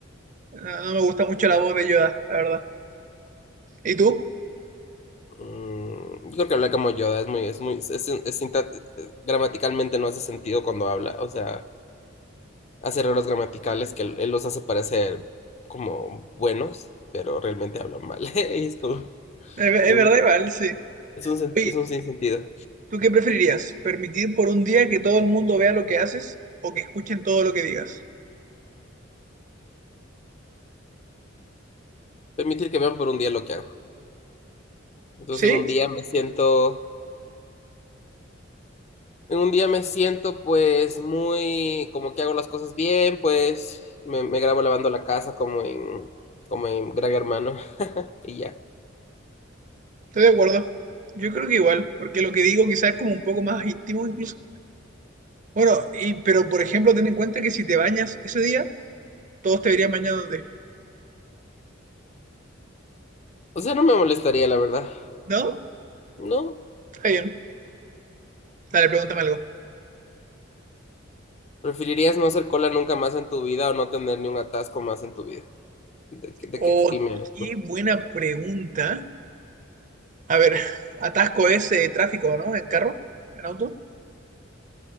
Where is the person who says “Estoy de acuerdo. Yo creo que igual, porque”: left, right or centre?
Right